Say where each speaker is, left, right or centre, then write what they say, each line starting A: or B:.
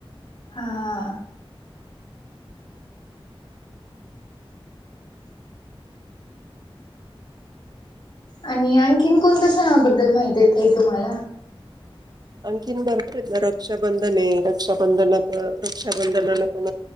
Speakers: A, on the left (about 70°); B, on the right (about 45°).
A: हां. आणि आणखीन कोणत्या सणांबद्दल माहिती आहे ताई तुम्हाला?
B: आणखीन भरपूर आहेत ना, रक्षाबंधनये रक्षाबंधना प रक्षाबंधनाला पण